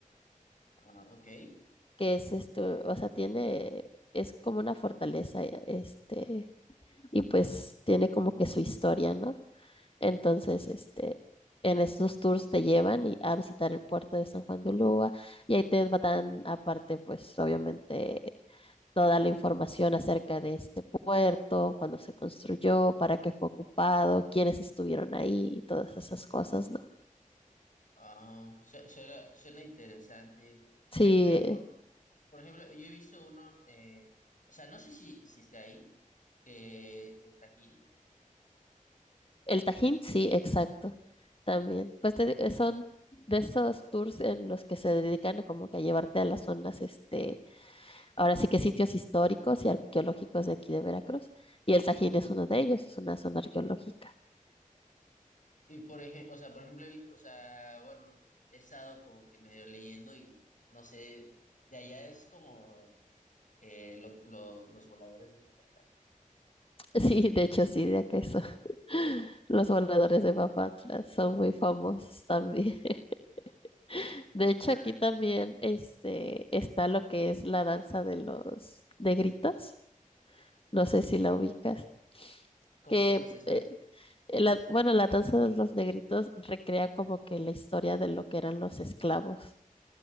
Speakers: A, on the left (about 65°); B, on the left (about 40°).
A: ah, ok.
B: que es este, o sea, tiene, es como una fortaleza, eh, este, y pues tiene como que su historia, ¿no? Entonces, este, en estos tours te llevan y- a visitar el puerto de San Juan de Ulúa y ahí te dan aparte, pues obviamente, toda la información acerca de este puerto, cuándo se construyó, para qué fue ocupado, quiénes estuvieron ahí y todas esas cosas, ¿no?
A: Ah, su- suena, suena interesante.
B: Sí,
A: Pe- Pero, por, por ejemplo, yo he visto uno, eh, o sea, no sé si, si está ahí, que está aquí.
B: El Tajín, sí, exacto, también. Pues te di- eh, son de esos tours en los que se dedican a como que a llevarte a las zonas, este, ahora sí que sitios históricos y arqueológicos de aquí de Veracruz. Y el Tajín es uno de ellos, es una zona arqueológica. <laughs>
A: Y por ejemplo, o sea, por ejemplo, o sea, bueno, he estado como que medio leyendo y no sé, de allá es como eh, lo- lo- los voladores de Popatlán.
B: Sí, de hecho, sí, de acá eso. <laughs> Los voladores de Papantla son muy famosos también. <laughs> De hecho,
A: Ay,
B: aquí también este, está lo que es la danza de los de gritos. No sé si la ubicas.
A: ¿cómo,
B: Que
A: cómo es esa?
B: eh, La, bueno, la danza de los negritos recrea como que la historia de lo que eran los esclavos.